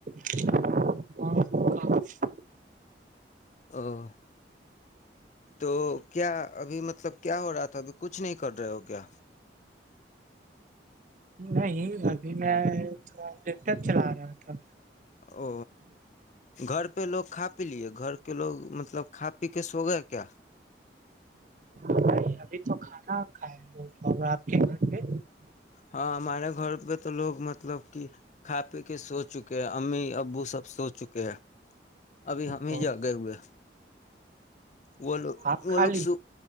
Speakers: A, on the right (about 45°); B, on the left (about 40°).
A: <inaudible> ہاں <inaudible>
B: ا <inaudible> تو کیا ابھی مطلب کیا ہو رہا تھا ابھی کچھ نہیں کر رہے ہو کیا
A: نہیں ابھی میں ا ڈ ٹپ چلا رہا <inaudible>
B: او گھر پہ لوگ کا پی لیے گھر کے لوگ مطلب کھا پی کے سو گیا کیا
A: نہیں ابھی تو کھانا کھائے لوگ اور آپ کے گھر پہ
B: ہاں ہمارے گھر پہ تو لوگ مطلب کہ کھا پی کے سو چکے امی ابو سب سو چکے ہیں ابھی ہم
A: اور
B: ہی جاگے ہوئے وہ لوگ
A: آپ کھا
B: وہ لوگ سو